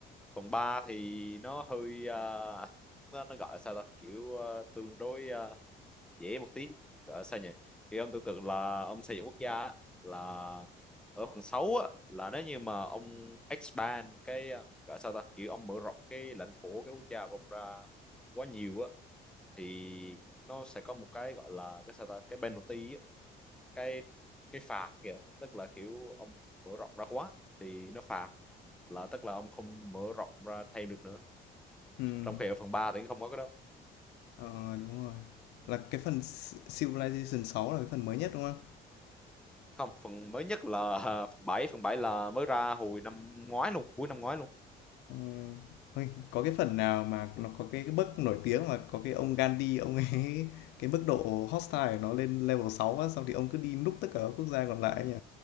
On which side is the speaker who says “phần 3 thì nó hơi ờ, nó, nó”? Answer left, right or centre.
Centre